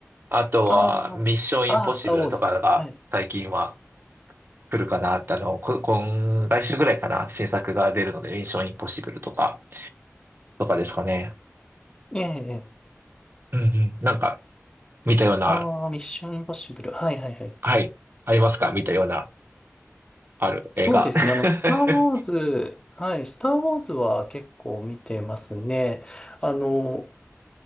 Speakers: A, on the right; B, on the left.
A: あとはミッション・
B: ああ、
A: インポッシブルとかが最近は
B: ああ、スターウォーズ。はい。
A: 来るかなって、あの、こ、今、来週ぐらいかな、新作が出るので、ミッション・インポッシブルとか、とかですかね。
B: ええ
A: うんうん。なんか、見たような、
B: ああ、ミッションインポッシブル。はいはいはい。
A: はい、ありますか見たような、ある映画。
B: そうですね。あの、
A: <laughs>
B: スター・ウォーズ、はい、スター・ウォーズは結構見てますね。あの、